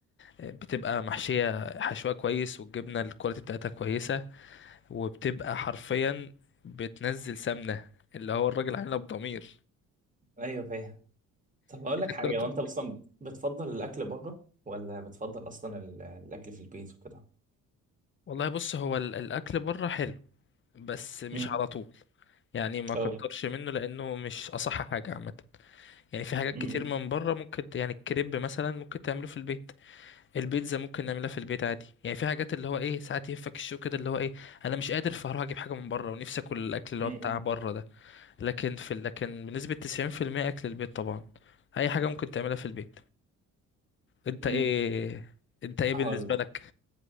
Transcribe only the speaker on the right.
ايوه فاهم طب هقول لك
حاجة وانت اصلا بتفضل الاكل بره ولا بتفضل اصلا ال- الاكل في البيت وكده
امم
اه
امم
امم
امم
هقول لك